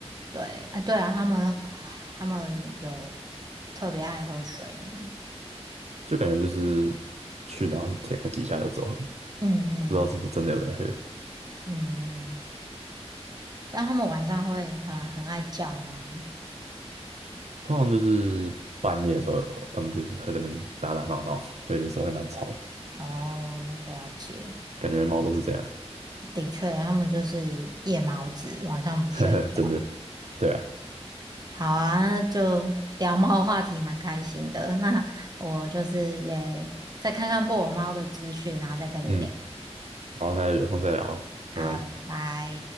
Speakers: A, on the right; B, on the right.
A: 对，啊，对啊，他们他们有特别爱喝水吗？
B: 就感觉就是去然后是舔个几下就走了，
A: 嗯嗯
B: 不知道是不是真的有在喝。
A: 嗯，但他们晚上会很很爱叫吗？
B: 通常都是半夜的时候，他们就是会在那边打打闹闹，就有时候会蛮吵的，
A: 哦，了解，
B: 感觉猫都是这样，
A: 的确，他们就是夜猫子，晚上不睡觉。
B: <laughs> 真的。对啊，
A: 好啊，那就聊猫话题蛮开心的。那我就是也再看看布偶猫的资讯，然后再跟你聊。
B: 嗯，好，那有空再聊了，
A: 好，
B: 拜拜。
A: 拜。